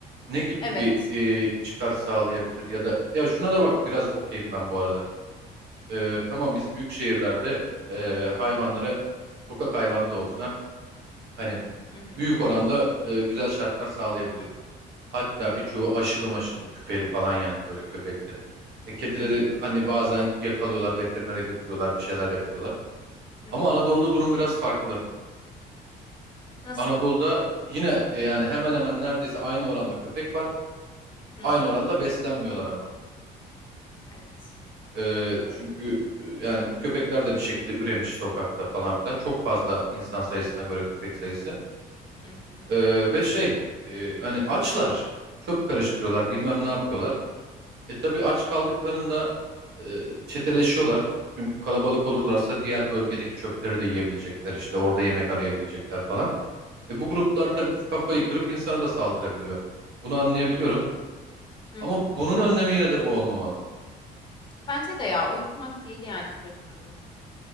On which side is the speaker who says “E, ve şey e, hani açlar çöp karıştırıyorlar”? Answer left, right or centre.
Right